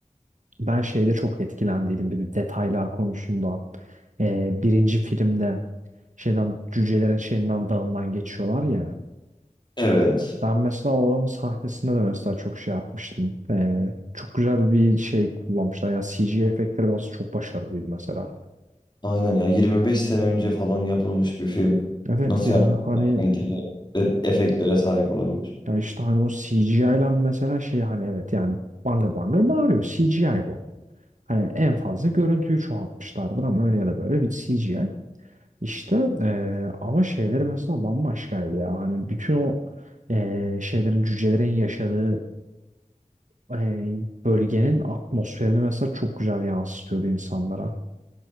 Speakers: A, on the right; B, on the left.
A: Ben şeyde çok etkilendiydim bir de detaylar konusunda. E, birinci filmde şeyden cücelerin şeyinden dağından geçiyorlar ya.
B: Evet.
A: Ben mesela oranın sahnesinde de mesela çok şey yapmıştım. E, çok güzel bir şey kullanmışlar. Yani CGI efektleri biraz çok başarılıydı mesela.
B: Aynen ya 25 sene önce falan yapılmış bir film.
A: Evet
B: Nasıl
A: yani
B: yani
A: hani
B: bu kadar kaliteli e- efektlere sahip olabilir?
A: Ya işte hani o CGI ile mesela şey hani evet yani bangır bangır bağırıyor. CGI bu. Hani en fazla görüntüyü çoğaltmışlardır ama öyle ya da böyle bir CGI. İşte eee, ama şeyleri mesela bambaşkaydı ya. Hani bütün o eee, şeylerin cücelerin yaşadığı eee, bölgenin atmosferini mesela çok güzel yansıtıyordu insanlara.